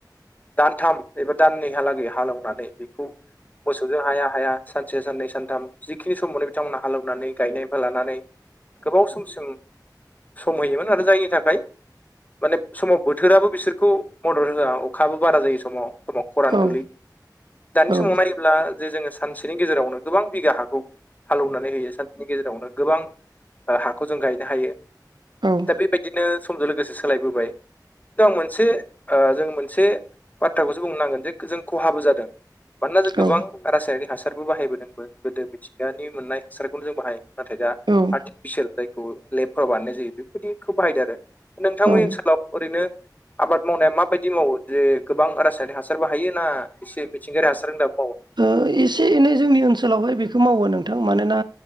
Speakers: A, on the left; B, on the right.
A: दानथाम एबा दाननैहालागै हालेवनानै बेखौ मोसौजों हाया हाया सानसे साननै सानथाम जिखिनि समावनो बिथांमोनहा हालौवनानै गायनायफाय लानानै गोबाव समसिम समहयोमोन आरो जायनि थाखाय माने समाव बोथोराबो बिसोरखौ मदद होआ अखाबो बारा जायो समाव समाव। खरान
B: औ
A: गोलै
B: औ
A: दानि
B: औ
A: समाव <unintelligible> ब्ला जे जोङो सानसेनि गेजेरावनो गोबां बिगा हाखौ हालौवनानै होयो सानसेनि गेजेरावनो गोबां ओ हाखौ जों गायनो हायो।
B: औ
A: दा बेबायदिनो समजों लोगोसे सोलायबोबाय। आं मोनसे जों मोनसे बाथ्राखौसो बुंनो नांगोन जे जों खहाबो जादों। मानोना जों गोबां।
B: औ
A: रासायनिक हासारबो बाहायबोदोंबो गोदो मिथिंगानि मोननाय हासारखौनो जों बाहायोमोन नाथाय दा
B: औ
A: बिसोर जायखौ लेबफोराव बानायनाय जायो बेफोरबायदिखौबो बाहायदों आरो नोंथांमोननि
B: ओ
A: ओनसोलाव ओरैनो। आबाद मावनाया माबायदि मावो जे गोबां रासायनिक हासारबो हायो ना? एसे मिथिंगायारि हासार होन दाब माव
B: ओ एसे एनै जोंनि ओनसोलावहाय बेखौ मावो नोंथां मानोना